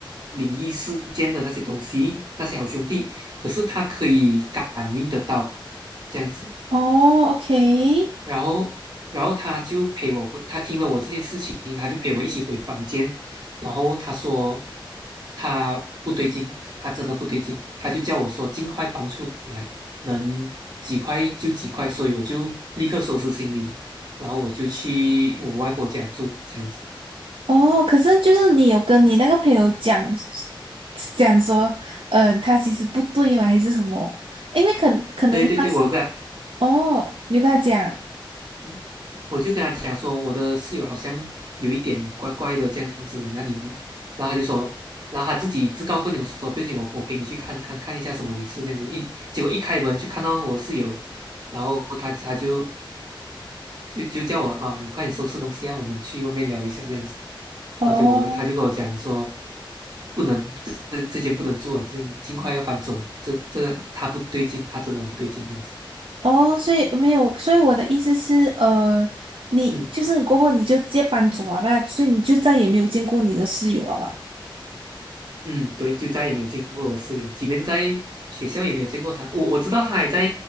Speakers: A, on the right (about 50°); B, on the right (about 85°).
A: 灵异事件的那些东西，那些好兄弟，可是他可以感应得到，这样子。
B: 哦，OK，
A: 然后，然后他就陪我回，他听了我这件事情，他就陪我一起回房间。然后他说他不对劲，他真的不对劲，他就叫我说尽快搬出来，能几块就几块。所以我就立刻收拾行李，然后我就去我外婆家住，这样子。
B: 哦，可是就是你有跟你那个朋友讲讲说，呃，他其实不对嘛，还是什么？因为可可能他是
A: 对对对，我有个。
B: 哦，你就跟他讲
A: 嗯我就跟他讲说，我的室友好像有一点怪怪的这样子，那你们，然后他就说，然后他自己自告奋勇说，不行，我我陪你去看看看一下什么回事这样子。一结果一开门就看到我室友，然后他他就就就叫我啊，你快点收拾东西让我们去外面聊一下这样子。
B: 哦
A: 然后结果我他就跟我讲说，不能这这间不能住啊，这尽快要搬走，这这他不对劲，他真的很不对劲这样子。
B: 哦，所以没有，所以我的意思是，呃，你就是你过后你就直接搬走啊，
A: 嗯。
B: 那所以你就再也没有见过你的室友啊哇？
A: 嗯，对，就再也没有见过我室友，即便在学校也没有见过他。我我知道他还在